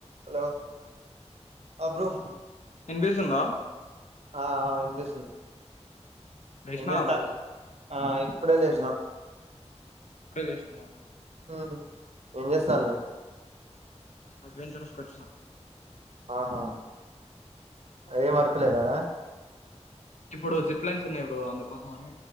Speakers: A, on the right (about 65°); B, on the left (about 80°).
A: Hello అ bro
B: వినిపిస్తుందా
A: ఆ వినిపిస్తుంది
B: లేషినావా
A: ఏం చేస్తాలు
B: బ్రో
A: ఆ ఇప్పుడ లేషినా
B: ఇప్పుడే లేషినమామ
A: మ్ ఏం చేస్తాన్నవ్
B: ఎడ్వెంచరస్కొచ్చిన
A: ఆ హా ఏం వర్కు లేదాడా
B: ఇప్పుడు జిప్ లైన్స్ ఉన్నాయి బ్రో అందుకోసం అని